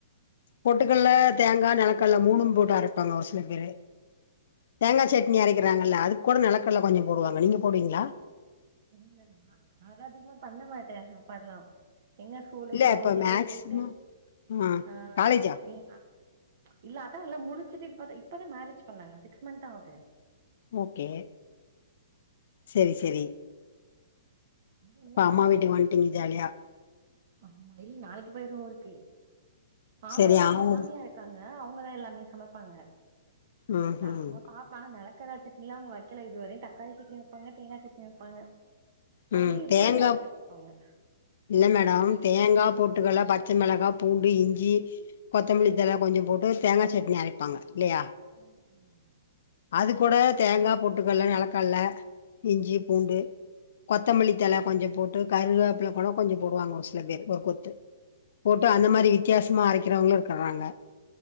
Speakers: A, on the left; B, on the right.
A: பொட்டுக்கல்ல
B: பாப்போ
A: தேங்காய் நிலக்கல்லல மூணும் போட்டா அரைப்பாங்க ஒரு சில பேரு தேங்காய் சட்னி
B: பச்சையாவே
A: அரைக்கிறாங்கல்ல
B: அப்டியே அரச்சு
A: அது கூட நிலக்கல்ல கொஞ்சோ போடுவாங்க நீங்க போடுவீங்களா
B: என்ன நா நாலா அதிகமா பண்ண மாட்டே சாப்பாடுல்லா எங்க ஸ்கூலு
A: இல்ல
B: காலேஜ்
A: இப்ப
B: அப்படியே
A: மேக்சிமம்
B: போயிட்டு
A: ஆ
B: ஆஹ்
A: காலேஜா
B: இல்ல இல்லாட்டா இல்ல முடிச்சுட்டு இப்பதா இப்பதா மேரேஜ் பண்ணாங்க சிக்ஸ் மந்த்தா ஆகுது
A: ஓகே சரி சரி
B: இன்னு
A: அப்ப அம்மா
B: ஒழுங்கா
A: வீட்டு வந்துட்டீங்க ஜாலியா
B: ஆமா இல் நாளைக்கு போயிருவ ஊருக்கு மாமியாரா
A: செரி ஆவு
B: மாமியா இருக்காங்க அவுங்கதா எல்லாமே சமைப்பாங்க
A: ம்
B: நா
A: ம்
B: சும்மா பாப் ஆனா நிலக்கடா சட்னி ல்லா அவங்க வைக்கல இது வரக்கும் தக்காளி சட்னி வைப்பங்க தேங்காய் சட்னி வைப்பாங்க பொடி
A: ம் தேங்கா
B: பொடி அரச்சு வச்சுப்பாங்க
A: இல்ல மேடம்
B: இட்லிக்கு
A: தேங்கா பொட்டுக்கல்ல ப பச்ச மிளகா பூண்டு இஞ்சி கொத்தமல்லி இதெல்லா கொஞ்ச போட்டு தேங்கா சட்னி அரைப்பாங்க இல்லையா
B: அ ஆமா
A: அது கூட தேங்கா பொட்டுக்கல்ல நெலக்கல்ல இஞ்சி
B: ம்
A: பூண்டு கொத்தமல்லி தல கொஞ்ச போட்டு கருவேப்புல கூட கொஞ்ச போடுவாங்க ஒரு சில பேர் ஒரு கொத்து போட்டு அந்த மாரி வித்தியாசமா அரைக்கிறவங்களு இருக்கறாங்க